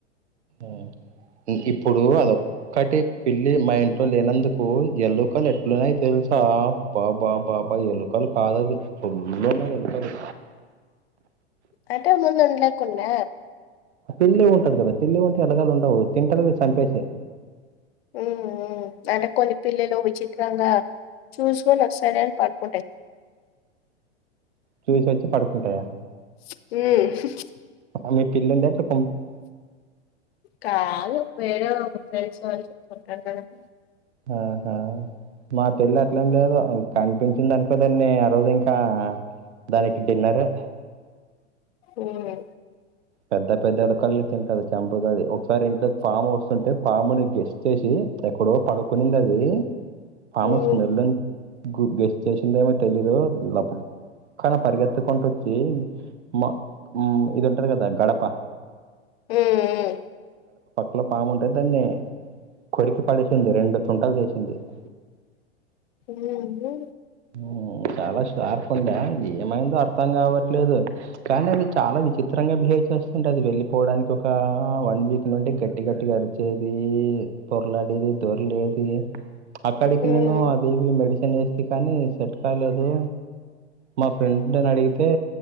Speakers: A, on the right; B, on the left.
A: ఆ ఇప్పుడు అదొక్కటి పిల్లి మా ఇంట్లో లేనందుకు, యల్లో కలర్ ఎట్లు <unintelligible> చా బాబా బాబా ఎలుకలు కాదవి, ఫులున్నాయి ఎలుకలు.
B: అంటే ముందు ఉండలేకున్నే
A: పిల్లి ఉంటాది కదా, పిల్లి ఉంటే ఎలుకలు ఉండవు తింటది, చంపేస్తది.
B: ఉమ్, ఉమ్ అంటే కొన్ని పిల్లలు విచిత్రంగా చూసుకోని ఒకసారి అవి <unintelligible> కుంటాయి.
A: చూసోచ్చి పడుకుంటాయా.
B: ఉమ్
A: అవి పిల్లల్ దాంట్లోక్
B: కాదు వేరే ఫ్రెండ్స్ వాళ్లు చెప్పుకుంటా <unintelligible>
A: ఆహా మా పిల్లి అట్లాంలే కాదు, అది కనిపించిందనుకో దాన్ని ఆ రోజు ఇంకా, దానికి డిన్నరే.
B: ఉమ్మ్
A: పెద్ద పెద్దాలు ఎలుకల్ని తింటది, చంపుతాది. ఒకసారి ఇంట్లోకి పాము అస్తుంటే, పాముని గెస్ చేసి ఎక్కడో పడుకోన్ ఉన్నది. పాము
B: ఉమ్
A: స్మెల్ ను <unintelligible> గెస్ చేసిందేమో తెలీదు లప్పుక్ క్కున పరిగెత్తుకుంటు వచ్చి, మా ఇది ఉంటది కదా గడప
B: ఉమ్ ఉమ్
A: ల పాము ఉంటే దాన్నీ కొరికి పడేసింది, రెండు తుంటలు చేసింది. <inaudible>
B: ఉమ్మ్ హు.
A: ఆ చాలా షార్ప్ ఉండే ఏమైందో అర్థం కావట్లేదు కానీ అది చాలా విచిత్రంగా బిహేవ్ వస్తుంట అది వెళ్ళిపోవడానికి ఒక వన్ వీక్ నుండి గట్టి గట్టి అరిచేది పోర్లాడేది పోర్లేది అక్కడికి
B: ఉమ్ ఉమ్
A: నేను అవి మెడిసిన్ వేసి ఉమసెట్ కాలేదు మా ఫ్రెండ్ని అడిగితే